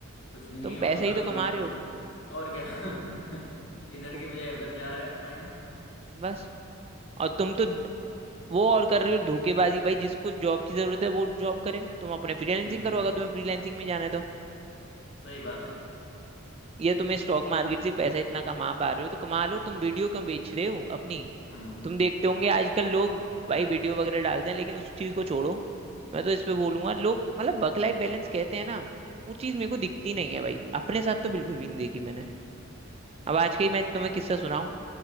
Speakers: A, on the left; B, on the right.
A: कुछ भी नहीं
B: तुम
A: है वो
B: पैसा
A: तो सारा
B: ही तो
A: उधर
B: कमा रहे हो
A: और क्या <laughs> इधर
B: तुम
A: की बजाय उधर जा रहा है टाइम
B: बस और तुम तो वो और कर रहे हो धोखेबाजी भाई जिसको जॉब की जरूरत है वो जॉब करे तुम अपने फ्रीलैंसिंग
A: हम्म
B: करो अगर तुम्हें फ्रीलैंसिंग में जाना है तो
A: सही बात है
B: ये तुम्हें स्टॉक मार्केट से पैसा इतना कमा पा रहे हो तो कमा लो तुम वीडियो क्यों बेच रहे हो अपनी
A: हम्म
B: तुम देखते होंगे आजकल लोग भाई वीडियो वगैरह डालते हैं लेकिन उस चीज को छोड़ो मैं तो इस पे बोलूंगा लोग मतलब वर्क लाइफ बैलेंस कहते हैं ना वो चीज मेरे को दिखती नहीं है भाई अपने साथ तो बिल्कुल भी नहीं देखी मैंने अब आज के ही मैं तुम्हें किस्सा सुनाऊं